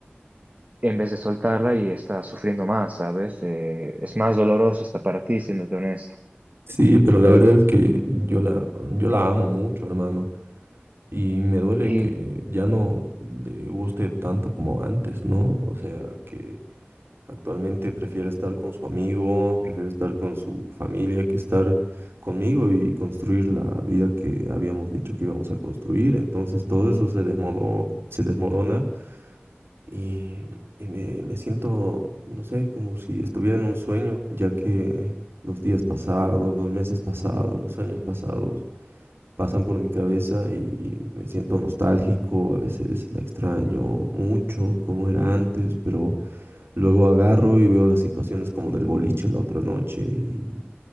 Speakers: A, on the right (about 35°); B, on the right (about 70°).
A: en vez de soltarla y estás sufriendo más, ¿sabes? Eh, es más doloroso hasta para ti, siéndote honesto.
B: Sí, pero la verdad es que yo la, yo la amo mucho, hermano. Y me duele
A: Y
B: que
A: mm,
B: ya no le guste tanto como antes, ¿no? O sea, que Actualmente prefiero estar con su amigo, prefiero estar con su familia que estar conmigo y construir la vida que habíamos dicho que íbamos a construir. Entonces todo eso se desmono- se desmorona y, y me, me siento, no sé, como si estuviera en un sueño, ya que los días pasados, los meses pasados, los años pasados pasan por mi cabeza y me siento nostálgico, a veces la extraño mucho, como era antes, pero luego agarro y veo las situaciones como del boliche la otra noche y,